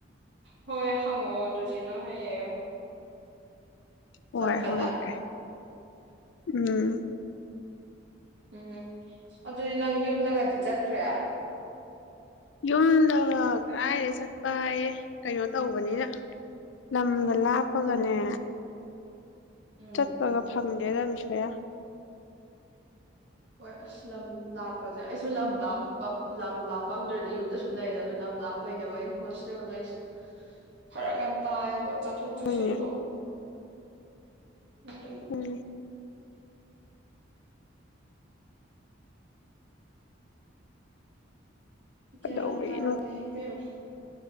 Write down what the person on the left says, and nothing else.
ꯑꯣꯏ ꯍꯉꯛꯀꯦ ꯎꯝ
ꯌꯨꯝꯗ ꯀꯗꯥꯥꯏꯗ ꯆꯠꯄꯌꯦ ꯀꯩꯅꯣ ꯇꯧꯕꯅꯤꯅ ꯂꯝꯒ ꯂꯥꯞꯄꯒꯅꯦ
ꯆꯠꯄꯒ ꯐꯪꯗꯦꯗ ꯀꯌꯥ
ꯍꯣꯏꯅꯦ
ꯎꯝ ꯀꯩꯗꯧꯕꯒꯤꯅꯣ